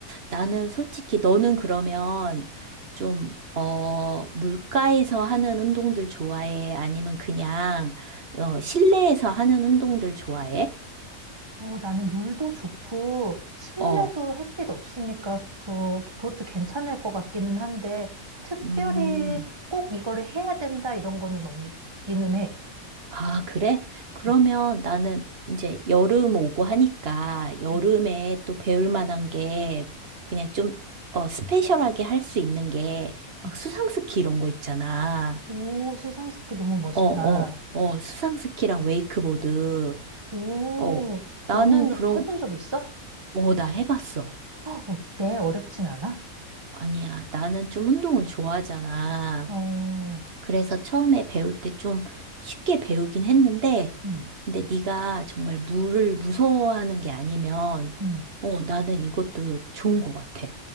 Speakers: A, on the right (about 45°); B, on the right (about 20°).
A: 나는 솔직히 너는 그러면 좀, 어, 물가에서 하는 운동들 좋아해? 아니면 그냥, 어, 실내에서 하는 운동들 좋아해?
B: 어, 나는 물도 좋고 실내도
A: 어,
B: 햇빛 없으니까 더 그것도 괜찮을 것 같기는 한데 특별히
A: 음.
B: 꼭 이거를 해야 된다 이런 거는 없기는 해.
A: 아, 그래? 그러면
B: 음.
A: 나는 이제 여름 오고 하니까 여름에
B: 음,
A: 또 배울 만한 게 그냥 좀 어, 스페셜하게 할 수 있는 게 막
B: 음.
A: 수상스키 이런 거 있잖아.
B: 오, 수상스키 너무 멋있다.
A: 어, 어, 어, 수상스키랑 웨이크보드.
B: 오,
A: 어, 나는
B: 너는
A: 그런,
B: 해본 적 있어?
A: 어, 나 해봤어.
B: 어때? 어렵진 않아?
A: 아니야, 나는 좀 운동을 좋아하잖아.
B: 어,
A: 그래서 처음에 배울 때 좀 쉽게 배우긴 했는데
B: 음,
A: 근데 네가 정말 물을 무서워하는 게 아니면,
B: 음.
A: 어, 나는 이것도 좋은 것 같아.